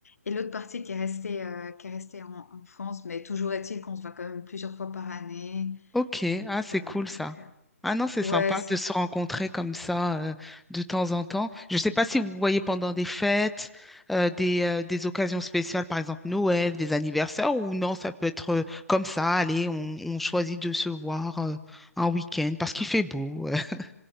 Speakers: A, on the left; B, in the centre.
A: et l'autre partie qui est restée, heu, qui est restée en en France. Mais toujours est-il qu'on se voit quand même plusieurs fois par année
B: Ok,
A: et heu,
B: ah c'est
A: voilà
B: cool
A: donc,
B: ça.
A: heu,
B: Ah non, c'est
A: ouais,
B: sympa
A: c'est
B: de se rencontrer comme ça euh, de temps en temps. Je ne sais pas si vous voyez pendant des fêtes, euh, des, euh, des occasions spéciales, par exemple Noël, des anniversaires, ou non, ça peut être euh, comme ça, allez, on, on choisit de se voir euh, un week-end parce qu'il fait beau. <laughs>